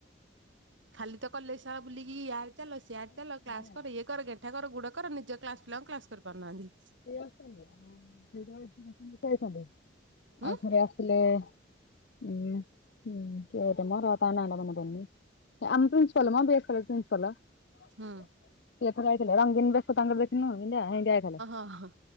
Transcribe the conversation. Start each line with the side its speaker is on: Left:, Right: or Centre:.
Right: ଖାଲି ତ କଲେଜ ସାରା ବୁଲିକି ୟା ଡ ଚାଲ ସିଆଡ ଚାଲ କ୍ଲାସ
Left: ଯେ
Right: କର ଇଏ କର ଗେଣ୍ଟା କର ଗୁଡ କର ନିଜ କ୍ଲାସ ପିଲାଙ୍କୁ କ୍ଲାସ କରିପାରୁନାହାନ୍ତି।
Left: <unintelligible> ଆଉ ଥରେ ଆସିଲେ
Right: ଉଁ
Left: <unintelligible> ଆମ ପ୍ରିନ୍ସିପାଲ ମ ବ୍ୟାକ କଲର ପ୍ରିନ୍ସିପାଲ।
Right: ହୁଁ।
Left: ସେ ଏଥର ଯାଇଥିଲେ ରଙ୍ଗିନ ବେଶ ତାଙ୍କର ଦେଖିନୁ ଯେମିଦିଆ ସେମିତି ଆଇଥିଲେ।
Right: ଅ ହଁ।